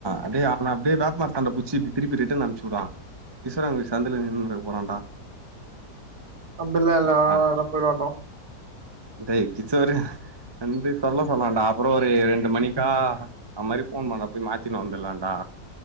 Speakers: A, on the right; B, on the right.
A: அதே அவன அப்டியே வேப்மரத்தான்ட புட்ச்சி இப்டி திருப்பி ரிட்டன் அன்ப்ச்சுரா ஈஸ்வரங் கோய்ல் சந்துல நின்ருக்க போறான்டா
B: அப்டிலா இல்ல அ
A: ஆ
B: அதெலா போயிடுவான்டோ
A: டேய் கிஷோரு தம்பி சொல்ல சொன்னான்டா அப்றோ ஒரு ரெண்டு மணிக்கா அந் மாரி ஃபோன் பண்ற போய் மாத்தினு வந்துலான்டா